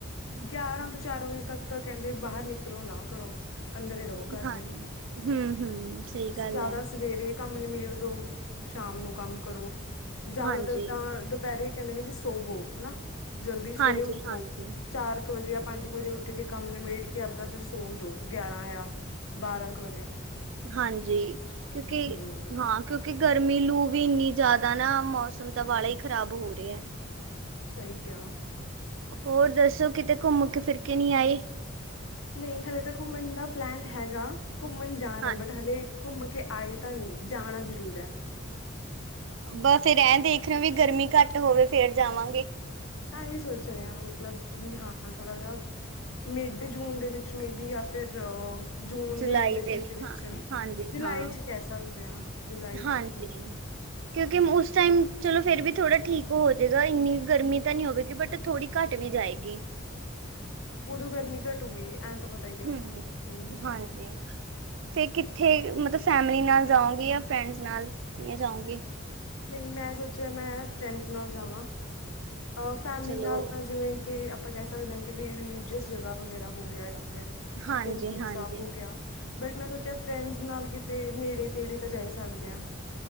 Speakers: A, on the left (about 80°); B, on the right (about 65°).
A: ਗਿਆਰਾਂ ਤੋਂ ਚਾਰ ਵਜੇ ਤੱਕ ਤਾਂ ਕਹਿੰਦੇ ਬਾਹਰ ਨਿਕਲੋ ਨਾ ਘਰੋਂ। ਅੰਦਰ ਹੀ ਰਹੋ ਕਰਦੇ
B: ਹਾਂਜੀ ਹੂੰ ਹੂੰ ਸਹੀ ਗੱਲ
A: ਜ਼ਿਆਦਾ
B: ਹੈ
A: ਸਵੇਰੇ ਕੰਮ ਪੰਜ ਮੀਲ ਦੂਰ ਸ਼ਾਮ ਨੂੰ ਕੰਮ ਕਰੋ। ਜ਼ਿਆਦਾਤਰ
B: ਹਾਂਜੀ
A: ਤਾਂ ਦੁਪਹਿਰੇ ਕਹਿੰਦੇ ਨੇ ਵੀ ਸੋਵੋ ਹੈ ਨਾਂ। ਜਲਦੀ ਸਵੇਰੇ
B: ਹਾਂਜੀ
A: ਉੱਠੋ
B: ਹਾਂਜੀ
A: ਚਾਰ ਕੁ ਵਜੇ ਜਾਂ ਪੰਜ ਕੁ ਵਜੇ ਉੱਠ ਕੇ ਕੰਮ ਨਿਬੇੜ ਕੇ ਆਪਦਾ ਫਿਰ ਸੌ ਜਾਓ ਗਿਆਰਾਂ ਜਾਂ ਬਾਰਾਂ ਕੁ ਵਜੇ ।
B: ਹਾਂਜੀ ਕਿਉਂਕਿ
A: ਹੂੰ
B: ਹਾਂ ਕਿਉਂਕਿ ਗਰਮੀ ਲੂ ਵੀ ਇੰਨੀ ਜ਼ਿਆਦਾ ਨਾ ਮੌਸਮ ਤਾਂ ਬਾਲਾ ਹੀ ਖ਼ਰਾਬ ਹੋ ਰਿਹਾ।
A: ਸਹੀ ਕਿਹਾ।
B: ਹੋਰ ਦੱਸੋ ਕਿਤੇ ਘੁੰਮ ਕੇ ਫਿਰ ਕੇ ਨਹੀਂ ਆਏ
A: ਨਹੀਂ ਹਲੇੇ ਤ ਘੁੰਮਣ ਦਾ ਪਲੈਨ ਹੈਗਾ ਘੁੰਮਣ ਜਾਣ
B: ਹਾਂ
A: ਹੈ ਬਟ ਹਲੇੇ ਘੁੰਮ ਕੇ ਆਏ ਤਾਂ ਨਹੀਂ ਜਾਣਾ ਜ਼ਰੂਰ ਹੈ
B: ਬਸ ਫਿਰ ਐਂ ਦੇਖ ਰਹੇ ਹੋ ਵੀ ਗਰਮੀ ਘੱਟ ਹੋਵੇ ਫੇਰ ਜਾਵਾਂਗੇ
A: ਹਾਂ ਐਂਵੇ ਸੋਚ ਰਹੇ ਹ ਮਤਲਬ ਵੀ ਹਾਂ ਥੋੜ੍ਹਾ ਜਿਹਾ ਮਿਡ ਜੂਨ ਦੇ ਵਿੱਚ ਮੇਬੀ ਜਾਂ ਫਿਰ ਜੂਨ
B: ਜੁਲਾਈ
A: ਦੇ ਐਂਡ ਜਿ
B: ਵੀ
A: ਦੇ ਵਿੱਚ
B: ਹਾਂ ਹਾਂਜੀ
A: ਜੁਲਾਈ
B: ਹਾਂ
A: ਚ ਕਹਿ ਸਕਦੇ ਹਾਂ ਜੁਲਾਈ
B: ਹਾਂਜੀ।
A: ਚ ਹਮ
B: ਕਿਉਂਕਿ ਉਸ ਟਾਈਮ ਚਲੋ ਫਿਰ ਵੀ ਥੋੜ੍ਹਾ ਠੀਕ ਹੋ ਜਾਵੇਗਾ ਇੰਨੀ ਗਰਮੀ ਤਾਂ ਨਹੀਂ ਹੋਵੇਗੀ ਬਟ ਥੋੜ੍ਹੀ ਘੱਟ ਵੀ ਜਾਏਗੀ
A: ਉਦੋਂ ਗਰਮੀ ਘੱਟੂ ਗੀ ਐਂ ਤਾਂ ਪਤਾ ਹੀ ਹੈ ਉਹ
B: ਹਮ
A: ਤਾਂ ਹੂੰ ਹੂੰ
B: ਹਾਂਜੀ ਫੇਰ ਕਿੱਥੇ ਮਤਲਬ ਫੈਮਿਲੀ ਨਾਲ ਜਾਓਗੇ ਜਾਂ ਫਰੈਂਡਸ ਨਾਲ ਕਿਵੇਂ ਜਾਉਗੇ
A: ਨਹੀਂ ਮੈਂ ਸੋਚਿਆ ਮੈਂ ਫਰੈਂਡਸ ਨਾਲ ਜਾਵਾਂ ਅ ਫੈਮਿਲੀ
B: ਚਲੋ
A: ਨਾਲ ਤਾਂ ਜਿਵੇਂ ਕਿ ਆਪਾਂ ਕਹਿ ਸਕਦੇ ਹਾਂ ਕਿ ਵੀ ਰਿਲੀਜੀਅਸ ਜਗ੍ਹਾ ਵਗੈਰਾ ਹੋ ਗਿਆ ਆ ਫੇਰ
B: ਹਾਂਜੀ
A: ਹੇਮਕੁੰਡ
B: ਹਾਂਜੀ
A: ਸਾਹਿਬ ਹੋ ਗਿਆ ਬਟ ਮੈਂ ਸੋਚਿਆ ਫਰੈਂਡਸ ਨਾਲ ਕਿਤੇ ਨੇੜੇ ਤੇੜੇ ਤਾਂ ਜਾਈ ਸਕਦੇ ਹਾਂ